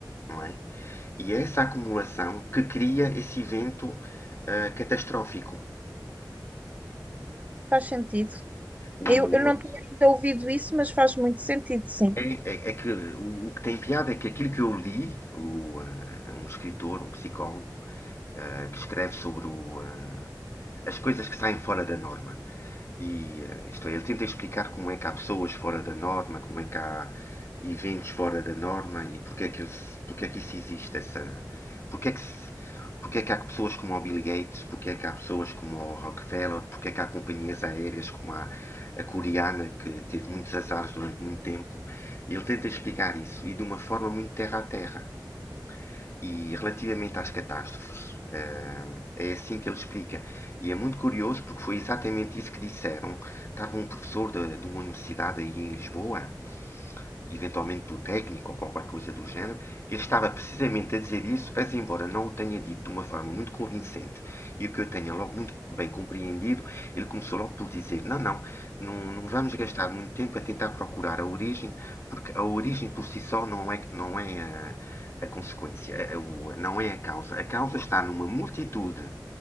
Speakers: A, on the left; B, on the right.
A: não é? E é essa acumulação que cria esse evento ah, catastrófico.
B: Faz sentido.
A: O,
B: Eu, eu não tinha ainda ouvido isso, mas faz muito sentido, sim.
A: é, é- é que, o, o que tem piada é que aquilo que eu li, o, ah, um escritor, um psicólogo, ah, que escreve sobre o, ah, as coisas que saem fora da norma, E eh, isto é, ele tenta explicar como é que há pessoas fora da norma, como é que há eventos fora da norma e porque é que, eles, porque é que isso existe, essa, porque é que se- porque é que há pessoas como o Bill Gates, porque é que há pessoas como o Rockefeller, porque é que há companhias aéreas como a, a coreana que teve muitos azares durante muito tempo. E ele tenta explicar isso e de uma forma muito terra a terra. E relativamente às catástrofes, eh, é assim que ele explica. E é muito curioso porque foi exatamente isso que disseram. Estava um professor de, de uma universidade aí em Lisboa eventualmente do técnico ou qualquer coisa do género, ele estava precisamente a dizer isso, mas embora não o tenha dito de uma forma muito convincente e o que eu tenha logo muito bem compreendido, ele começou logo por dizer: não, não, não, não vamos gastar muito tempo a tentar procurar a origem, porque a origem por si só não é, não é a, a consequência, a, a, não é a causa. A causa está numa multitude